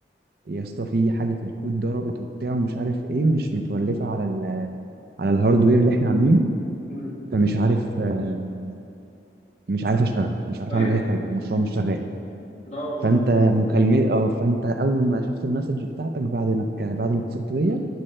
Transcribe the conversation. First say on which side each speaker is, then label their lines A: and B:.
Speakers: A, on the right (about 60°); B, on the left (about 40°).
A: يا اسطى في حاجة في الكود ضربت وبتاع ومش عارف ايه مش متولفة على ال على الهاردوير اللي احنا عاملينه
B: امم
A: فمش عارف آه، مش عارف اشتغل مش عارف
B: ايوه
A: اعمل اي حاجة المشروع مش شغال
B: لا والله
A: فانت مكالمة اه فانت اول ما شفت المسج بتاعتك بعد ما ك- بعد ما اتصلت بيا
B: امم